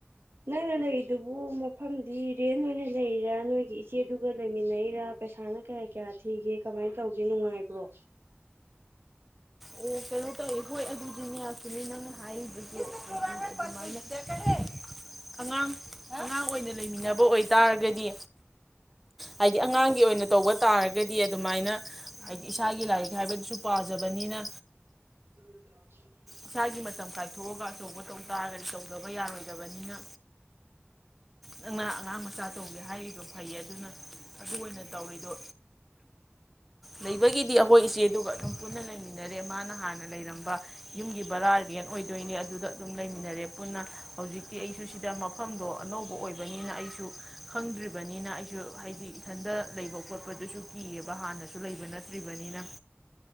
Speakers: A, on the right; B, in the centre.
A: ꯅꯪꯅ ꯂꯩꯔꯤꯗꯨꯕꯨ ꯃꯐꯝꯗꯤ ꯔꯦꯟ ꯑꯣꯏꯅ ꯂꯩꯔꯤꯔꯥ ꯅꯣꯏ ꯒꯤ ꯏꯆꯦꯗꯨꯒ ꯂꯩꯃꯤꯟꯅꯩꯔꯥ ꯄꯩꯁꯥꯅ ꯀꯌꯥ ꯀꯌꯥ ꯊꯤꯒꯦ ꯀꯃꯥꯏꯅ ꯇꯧꯒꯦ ꯅꯨꯡꯉꯥꯏꯕ꯭ꯔꯣ
B: ꯑꯣ ꯀꯩꯅꯣ ꯇꯧꯋ‌ꯦ ꯍꯣꯏ ꯑꯗꯨꯗꯤꯅꯦ ꯆꯨꯝꯃ‌ꯦ ꯅꯪꯅ ꯍꯥꯏꯔꯤꯗꯨꯁꯨ <unintelligible> ꯑꯉꯥꯡ ꯑꯉꯥꯡ ꯑꯣꯏꯅ ꯂꯩꯃꯤꯟꯅꯕ ꯑꯣꯏꯇꯥꯔꯒꯗꯤ ꯍꯥꯏꯗꯤ ꯑꯉꯥꯡꯒꯤ ꯑꯣꯏꯅ ꯇꯧꯕ ꯇꯥꯔꯒꯗꯤ ꯑꯗꯨꯃꯥꯏꯅ ꯍꯥꯏꯗꯤ ꯏꯁꯥꯒꯤ ꯂꯥꯏꯔꯤꯛ ꯍꯥꯏꯕꯗꯨꯁꯨ ꯄꯥꯖ ꯕꯅꯤꯅ
A: <unintelligible>
B: ꯏꯁꯥꯒꯤ ꯃꯇꯝ ꯀꯥꯏꯊꯣꯛꯑꯒ ꯑꯆꯧꯕ ꯇꯧ ꯇꯥꯔꯒꯗꯤ ꯇꯧꯗꯕ ꯌꯥꯔꯣꯏꯗꯕꯅꯤꯅ ꯅꯪꯅ ꯑꯉꯥꯡ ꯃꯆꯥ ꯇꯧꯒꯦ ꯍꯥꯏꯔꯤꯗꯣ ꯐꯩꯌꯦ ꯑꯗꯨꯅ ꯑꯗꯨ ꯑꯣꯏꯅ ꯇꯧꯔꯤꯗꯣ ꯂꯩꯕꯒꯤꯗꯤ ꯑꯩꯈꯣꯏ ꯏꯆꯦꯗꯨꯒ ꯑꯗꯨꯝ ꯄꯨꯟꯅ ꯂꯩꯃꯤꯟꯅꯔꯦ ꯃꯥꯅ ꯍꯥꯟꯅ ꯂꯩꯔꯝꯕ ꯌꯨꯝꯒꯤ ꯕꯔꯥ ꯔ‌ꯦꯟ ꯑꯣꯏꯗꯣꯏꯅꯦ ꯑꯗꯨꯗ ꯑꯗꯨꯝ ꯂꯩꯃꯤꯟꯅꯔꯦ ꯄꯨꯟꯅ ꯍꯧꯖꯤꯛꯇꯤ ꯑꯩꯁꯨ ꯁꯤꯗ ꯃ ꯐꯝꯗꯣ ꯑꯅꯧꯕ ꯑꯣꯏꯕꯅꯤꯅ ꯑꯩꯁꯨ ꯈꯪꯗ꯭ꯔꯤꯕꯅꯤꯅ ꯑꯩꯁꯨ ꯍꯥꯏꯗꯤ ꯏꯊꯟꯗ ꯂꯩꯕ ꯈꯣꯠꯄꯗꯨꯁꯨ ꯀꯤꯌ‌ꯦꯕ ꯍꯥꯟꯅꯁꯨ ꯂꯩꯕ ꯅꯠꯇ꯭ꯔꯤꯕꯅꯤꯅ